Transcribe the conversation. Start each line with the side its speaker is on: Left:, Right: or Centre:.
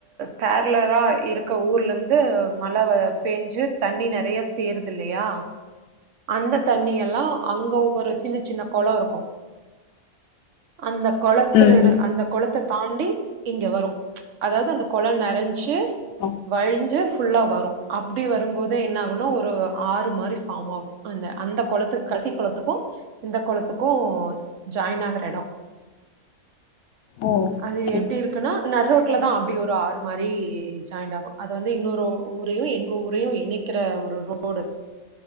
Right: பேரலரா இருக்க ஊர்ல இருந்து மழை பேஞ்சு தண்ணி நிறைய சேருது இல்லையா அந்த தண்ணி எல்லாம் அங்க ஒவ்வொரு சின்ன சின்ன குளம் இருக்கும் அந்த குளத்தில்
Left: ம்
Right: இருந்து அந்த குளத்தை தாண்டி இங்க வரும் அதாவது அந்த குளம் நரைஞ்சு
Left: ஓ
Right: வழிஞ்சு ஃபுல்லா வரும் அப்படி வரும்போதே என்ன ஆகணும் ஒரு ஆறு மாதிரி ஃபார்ம் ஆகும் அந்த அந்த குளத்துக்கு கசியி குளத்துக்கும் இந்த குளத்துக்கும் ஜாயின் ஆகுற இடம்
Left: ஓ ஓகே
Right: அது எப்படி இருக்குன்னா நடுரோட்லதான் அப்படி ஒரு ஆறு மாதிரி ஜாயின் ஆகும் அது வந்து இன்னொரு ஊரையும் எங்க ஊரையும் இணைக்கிற ஒரு ரோடு